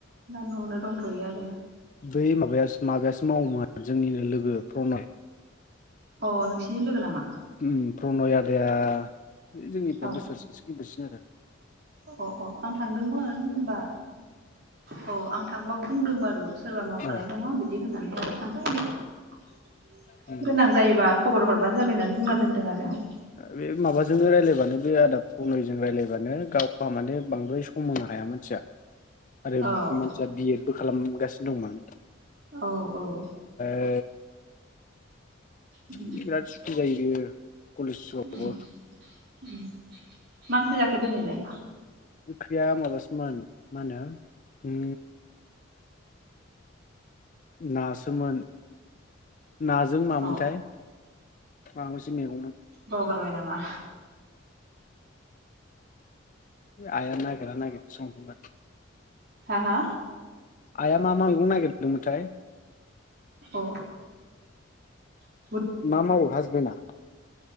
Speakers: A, on the right; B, on the left.
A: दा न' आवनो दं। गैया आरो
B: बै माबाया माबायासो मावोमोन जोंनिनो लोगो प्रनय
A: अ नोंसिनि लोगो नामा
B: उम प्रनय आदाया जोंनिफ्राय
A: ओं
B: बोरसेसो गिदिरसिन सोरो
A: अ' अ' आं थांदोंमोन होमबा औ आं थांबा बुंदों बारु सोरबा मावखानाय
B: ओ
A: दङ बिदि होननानै आरो <unintelligible>
B: उम
A: गोनां जायोबा खबर हर बानो जाबाय होननानै बुंना दोनदों आरो आं।
B: ओ बे माबाजोंनो रायलायबानो बे आदा प्रनय जों रायज्लायबानो गावहा माने बांद्राय सम होनो हाया मानसिया आरो
A: आं
B: मानसिया बि एद बो खालाम गासिनो दंमोन।
A: औ औ
B: ओ
A: उम
B: बिमाया सुखु जायो। बियो कलेज आवबो
A: <unintelligible> मा ओंख्रि जाखो दिनैलाय?
B: ओंख्रिया माबासोमोन मा होनो उम नासोमोन। नाजों मामोनथाय
A: अ
B: माबा मोनसे मेग
A: बावगारबाय नामा?
B: आइया नागिरा नागिरि संदोंमोन।
A: हा हा
B: आइया मा मा मैगं नागिरदोंमोनथाय
A: औ औ
B: मा मावो हासबेन्डआ?